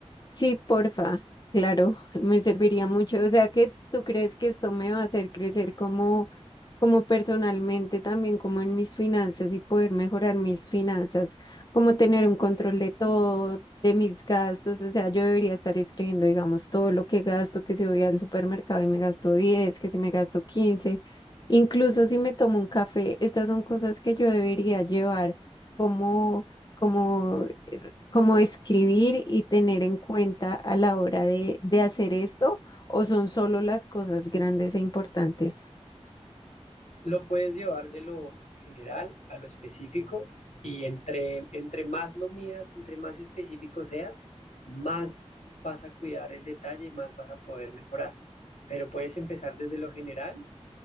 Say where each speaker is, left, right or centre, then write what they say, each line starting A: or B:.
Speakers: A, on the left (about 35°); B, on the left (about 80°).
A: sí, porfa, claro, <laughs> me serviría mucho. O sea, que tú crees que esto me va a hacer crecer como, como personalmente, también como en mis finanzas y poder mejorar mis finanzas, como tener un control de todo, de mis gastos. O sea, yo debería estar escribiendo, digamos, todo lo que gasto, que si voy al supermercado y me gasto 10, que si me gasto 15, incluso si me tomo un café, estas son cosas que yo debería llevar como... como como escribir y tener en cuenta a la hora de, de hacer esto o son solo las cosas grandes e importantes?
B: Lo puedes llevar de lo general a lo específico y entre, entre más lo midas, entre más específico seas, más vas a cuidar el detalle, más vas a poder mejorar. Pero puedes empezar desde lo general